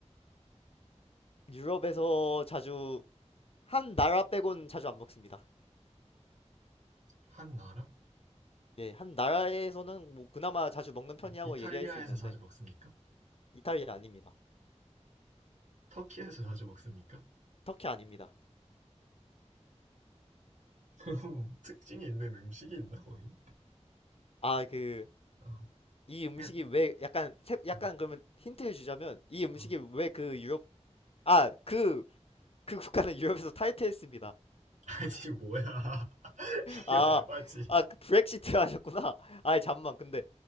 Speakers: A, on the left (about 55°); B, on the right (about 85°).
A: 유럽에서 자주 한 나라 빼곤 자주 안 먹습니다.
B: 한 나라?
A: 예, 한 나라에서는 뭐 그나마 자주 먹는 편이라고
B: 이탈리아에서
A: 얘기할 수 있는데
B: 자주 먹습니까?
A: 이탈리아 아닙니다.
B: 터키에서 자주 먹습니까?
A: 터키 아닙니다.
B: <laughs> 특징이 있는 음식이 있나 거기?
A: 아그
B: 어.
A: 이 음식이
B: 예,
A: 왜 약간 세- 약간
B: 어,
A: 그러면 힌트를 주자면 이 음식이
B: 어.
A: 왜 그 유럽 아 그 그 국가는 <laughs> 유럽에서 탈퇴했습니다.
B: 아니 뭐야? <laughs>
A: 아
B: 이거 에바지.
A: 아 그 브렉시트 <laughs> 하셨구나. 아 잠만 근데